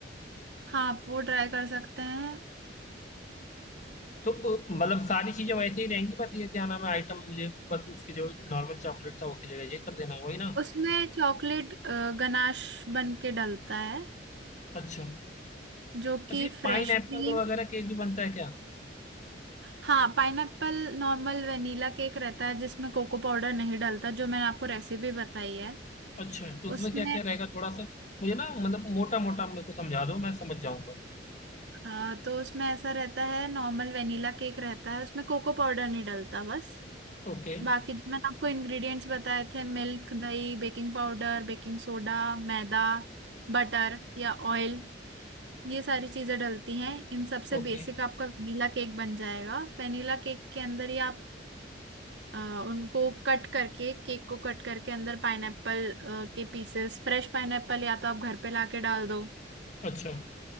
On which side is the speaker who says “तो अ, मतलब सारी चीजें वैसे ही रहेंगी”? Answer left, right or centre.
Left